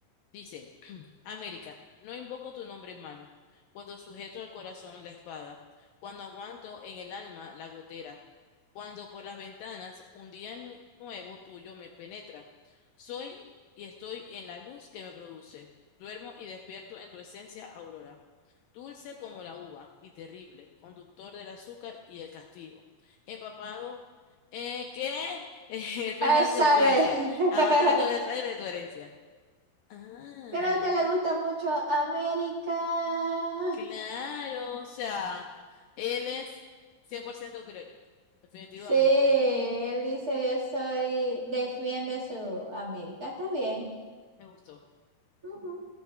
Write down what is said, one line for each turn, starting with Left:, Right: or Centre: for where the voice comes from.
Left: Dice, <clears throat> América, no invoco tu nombre en mano, cuando sujeto al corazón la espada, cuando aguanto en el alma la gotera, cuando por las ventanas un día nu- nuevo tuyo me penetra. Soy y estoy en la luz que me produce. Duermo y despierto en tu esencia, aurora. Dulce como la uva y terrible, conductor del azúcar y el castigo. Empapado, eh, ¿qué? <laughs> enferma
Right: Esa
Left: de tu especie,
Right: vez. <laughs>
Left: avanzando el aire de tu herencia. Ah,
Right: Creo que le gusta mucho América.
Left: claro, o sea, él es 100% criollo, definitivamente.
Right: Sí, él dice yo soy, defiende su América. Está bien.
Left: Me gustó.
Right: Ujú.